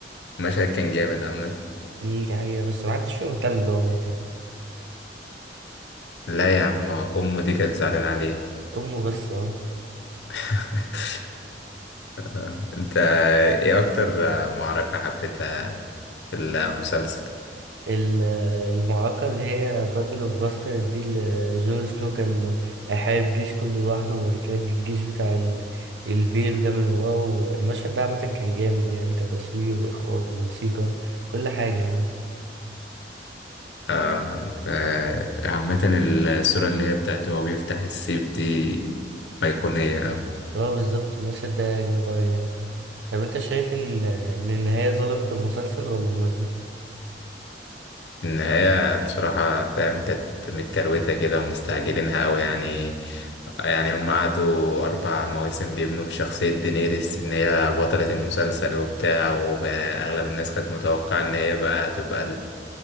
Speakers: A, on the left (about 75°); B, on the right (about 80°).
A: مشهد كان جامد عامة
B: <laughs> مم، دي حقيقة بس محدش فيهم مهتم اللي هو مات يعني
A: لا يا عم أمه دي كانت زعلانة عليه
B: أمه بس اه
A: <laughs> آه، انت ايه أكتر معركة حبيتها في المسلسل؟
B: ال- المعركة اللي هي باتل اوف باستر دي اللي جون سنو كان هيحارب جيش كله لوحده وبعد كده جه الجيش بتاع ال- الفيل ده من وراه المشهد ده عامة كان جامد يعني كتصوير وإخراج وموسيقى كل حاجة يعني
A: آه ف- عامة الصورة اللي هي بتاعت هو بيفتح السيف دي أيقونية أوي
B: اه بالظبط المشهد ده جامد أوي يعني طب أنت شايف إن إن النهاية ظلمت المسلسل ولا مناسبة؟
A: النهاية بصراحة فاهم كانت متكروتة كده ومستعجلينها أوي يعني يعني هم قعدوا أربع مواسم بيبنوا في شخصية دينيريس إن هي بطلة المسلسل وبتاع وأغلب الناس كانت متوقعة إن هي بقى هتبقى